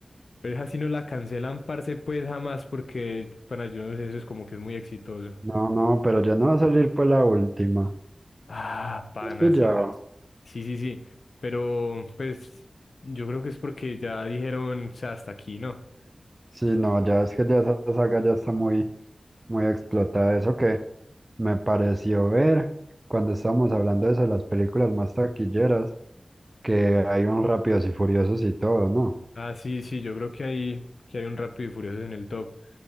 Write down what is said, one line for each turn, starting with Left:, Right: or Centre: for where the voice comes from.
Left: pero esa sí no la cancelan, parce, pues jamás, porque para yo no sé, eso es como que es muy exitoso.
Right: no, no, pero ya no va a salir pues la última.
Left: Ah, pana,
Right: ¿Has pillado?
Left: sí. sabes. Sí, sí, sí. Pero, pues, yo creo que es porque ya dijeron, o sea, hasta aquí, ¿no?
Right: Sí, no, ya es que ya esa saga ya está muy, muy explotada. Eso que me pareció ver cuando estábamos hablando de eso, de las películas más taquilleras. que hay un Rápidos y Furiosos y todo, ¿no?
Left: Ah, sí, sí, yo creo que hay, que hay un Rápido y Furioso en el top. O